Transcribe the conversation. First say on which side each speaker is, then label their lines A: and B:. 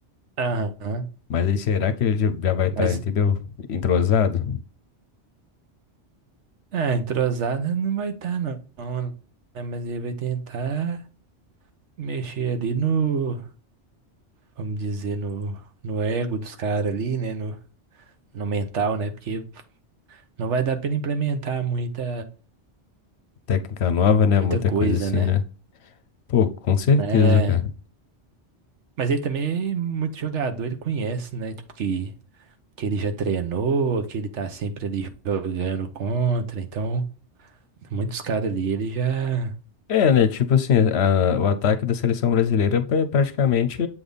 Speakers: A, on the right; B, on the left.
A: Aham.
B: Mas aí será que ele já já vai estar,
A: Mas
B: entendeu? Entrosado?
A: Ah, entrosada não vai estar, não, não, né? Mas ele vai tentar mexer ali no, vamos dizer, no, no ego dos caras ali, né? No, no mental, né? Porque não vai dar pra ele implementar muita,
B: Técnica nova, né?
A: muita
B: Muita
A: coisa,
B: coisa assim,
A: né?
B: né? Pô, com certeza,
A: né?
B: cara.
A: Mas ele também é muito jogador, ele conhece, né? Tipo, que, que ele já treinou, que ele tá sempre ali jogando contra. Então, muitos caras ali, ele já.
B: É, né? Tipo assim, a- o ataque da seleção brasileira é praticamente